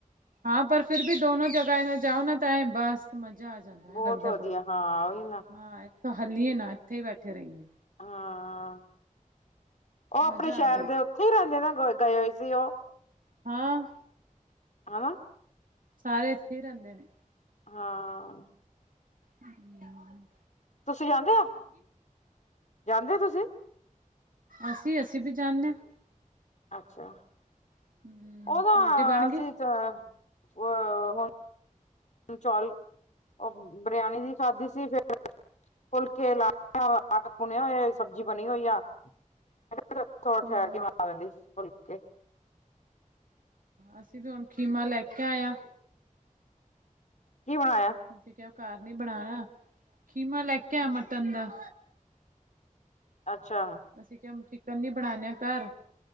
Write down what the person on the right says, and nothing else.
ਹਾਂ, ਪਰ ਫਿਰ ਵੀ ਦੋਨੋ ਜਗਾ ਏ ਨਾ ਜਾਓ, ਨਾ ਤਾਂ ਬਸ ਮਜ਼ਾ ਆ ਜਾਂਦਾ
ਲੱਗਦਾ
ਬਸ,
ਹਾਂ ਤਾਂ ਹਲੀਏ ਨਾ ਇੱਥੇ ਹੀ ਬੈਠੇ ਰਹੀਏਂ।
ਮਜ਼ਾ
ਆਂਦੀ
ਹਾਂ
ਸਾਰੇ ਣਿਥੇ, ਹੀ ਰਹਿੰਦੇ ਨੇ।
ਹਮ
ਅਸੀਂ, ਅਸੀਂ ਵੀ, ਜਾਂਦੇ ਹਾਂ।
ਹੂੰ
ਰੋਟੀ ਬਣ
ਗਈ
ਹਾਂ
ਅਸੀਂ ਬੀ ਹੁਣ ਖੀਮਾ ਲੈਕੇ ਆਏ ਆ।
ਅਸੀਂ ਕਿਹਾ ਘਾਰ ਨੀ ਬਣਾਣਾ, ਖੀਮਾ ਲੈਕੇ ਆਏ ਆਂ ਮਟਨ ਦਾ।
ਅਸੀਂ ਕਿਹਾ ਚਿਕਨ ਨੀ ਬਣਾਨੇ ਆ ਘਰ,